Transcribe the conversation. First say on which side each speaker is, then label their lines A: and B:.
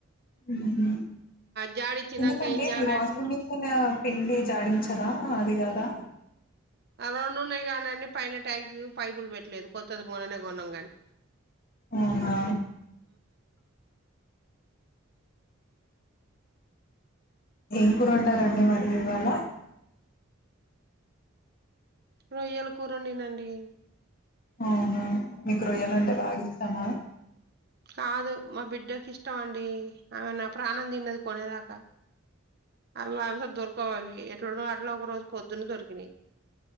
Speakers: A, on the left; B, on the right.
A: హ
B: జాడిచ్చినాక
A: ఎందుకంటే
B: ఏం చేయాలండి
A: మీ వాషింగ్ మిషిన్ పిండి జాడించదా అది కాదా
B: అ రెండు ఉన్నాయి కానీండి పైన ట్యాంక్కి పైపులు పెట్టలేదు కొత్తది మొన్ననే కొన్నాం గాని
A: అవునా ఏం కూర వొండారండి మరి ఇవాళ
B: రొయ్యల కూర వొండినండి
A: అవునా మీకు రొయ్యలంటే బాగ ఇష్టమా
B: కాదు మా బిడ్డకి ఇష్టం అండి ఆమనా ప్రాణం తిన్నది కొనేదాకా అవి అవిస దొరకవు అవి ఎట్లా ఇట్లో ఒక రోజు పొద్దున్న దొరికినాయ్